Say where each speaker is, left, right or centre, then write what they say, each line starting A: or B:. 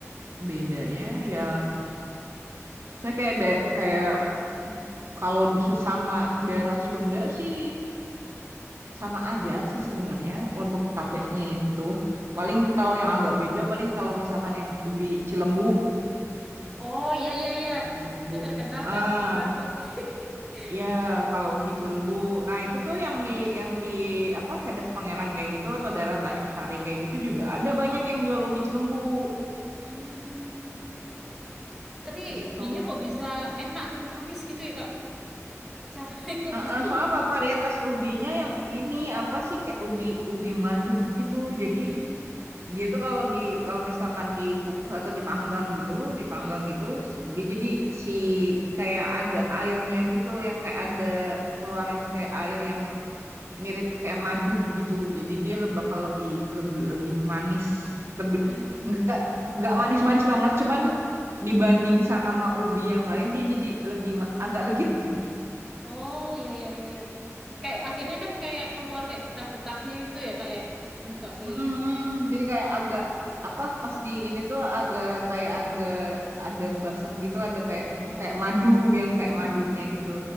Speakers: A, on the right; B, in the centre.
A: Bedanya ya Saya kayak ada kayak kalau di sesama daerah Sunda sih sama aja sih sebenarnya untuk tapenya itu.
B: Mm-mm.
A: Paling kalau yang agak beda paling kalau misalkan yang ubi Cilembu.
B: Oh ya ya ya.
A: Ubi Cilembu.
B: Itu terkenal
A: Ah,
B: kan di Baru. <laughs>
A: ya kalau ubi Cilembu. Nah, itu tuh yang di yang di apa Cadas Pangeran kayak gitu atau daerah Tanjung Sari kayak gitu juga ada banyak yang jual ubi Cilembu
B: Hmm. Tapi
A: kayak gitu.
B: ubinya kok bisa enak gitu manis gitu ya Kak? Caranya <laughs> kok
A: Heeh,
B: bisa
A: soalnya
B: ya?
A: apa varietas ubinya yang ini apa sih kayak ubi ubi madu gitu. Jadi
B: Hmm.
A: dia tuh kalau di kalau misalkan dikukus atau dipanggang gitu, dipanggang
B: Hmm.
A: gitu, dia jadi si kayak ada airnya gitu, yang kayak ada ngeluarin kayak air yang mirip kayak madu gitu. Jadi dia le- bakal lebih lebih lebih manis, lebih
B: Hmm.
A: nggak nggak
B: Hmm.
A: manis-manis banget, cuman dibanding sama ubi yang lain dia jadi lebih ma- agak legit gitu.
B: Oh ya ya ya ya. Kayak akhirnya kan kayak keluar kayak getah-getahnya itu ya Kak ya. Nanti kalau di
A: Mm, mm. Jadi kayak agak apa pas di ini tuh agak kayak agak ada basah gitu, ada kayak
B: eh,
A: kayak madu yang kayak
B: <laughs>
A: madunya gitu.